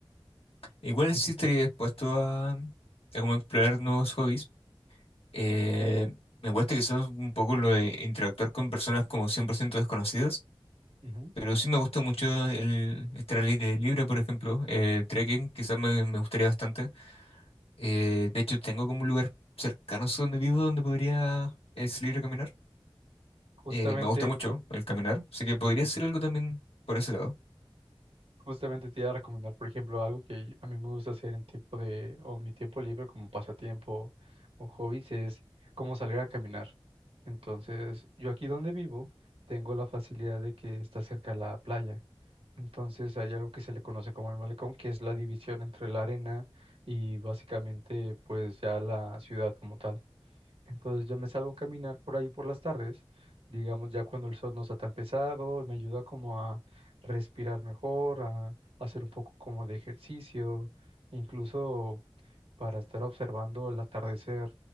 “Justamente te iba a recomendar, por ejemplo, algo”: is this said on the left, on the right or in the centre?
Right